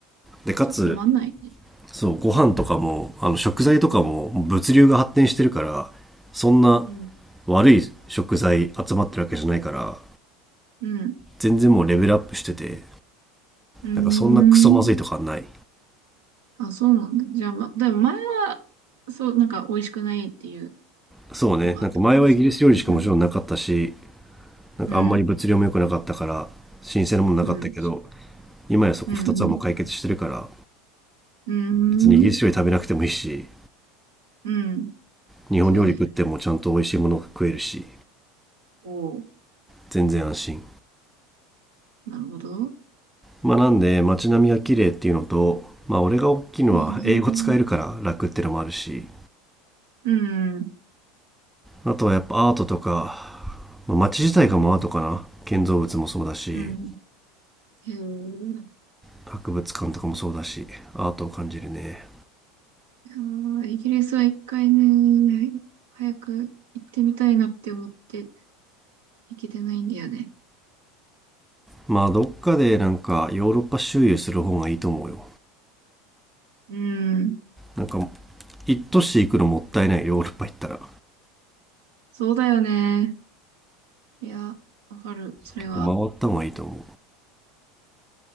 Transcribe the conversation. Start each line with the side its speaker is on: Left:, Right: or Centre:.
Centre: でかつ
Right: じゃあ困んないね。
Centre: そうご飯とかもあの食材とかも物流が発展してるからそんな
Right: うん、
Centre: 悪い食材集まってるわけじゃないから
Right: うん、
Centre: 全然もうレベルアップしてて
Right: うーん。
Centre: なんかそんなクソまずいとかはない
Right: あ、そうなんだ。じゃあ、ま、でも前は、そう、なんか美味しくないっていう
Centre: そうねなんか前はイギリス料理しかもちろんなかったし
Right: のがあったのね。うん。
Centre: なんかあんまり物量も良くなかったから新鮮なものなかったけど
Right: うんうん。
Centre: 今やそこ2つはもう解決してるから
Right: うん、うん。うーん。
Centre: 別にイギリス料理食べなくてもいいし
Right: うん。
Centre: 日本料理食ってもちゃんと美味しいものが食えるし
Right: そうね。おー。
Centre: 全然安心
Right: なるほど。
Centre: まあなんで街並みが綺麗っていうのとまあ俺が大きいのは英語使えるから楽っていうのもあるし
Right: いいな。うん。
Centre: あとはやっぱアートとか、まあ、街自体がもアートかな建造物もそうだし
Right: うん。へえ。
Centre: 博物館とかもそうだしアートを感じるね
Right: いやーイギリスは一回ね、早く行ってみたいなって思って行けてないんだよね。
Centre: まあどっかでなんかヨーロッパ周遊する方がいいと思うよ
Right: うん。
Centre: なんか一都市行くのもったいないヨーロッパ行ったら
Right: そうだよね。いや、わかる。それは、
Centre: 結構回った方がいいと思う